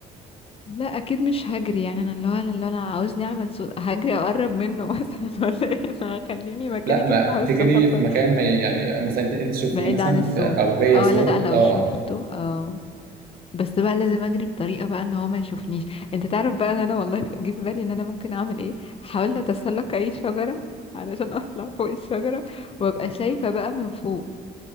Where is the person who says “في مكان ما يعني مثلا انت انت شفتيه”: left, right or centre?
Right